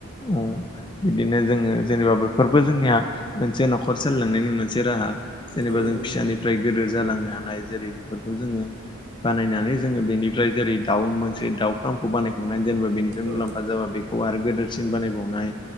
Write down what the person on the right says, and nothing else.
औ
नंगौ
औ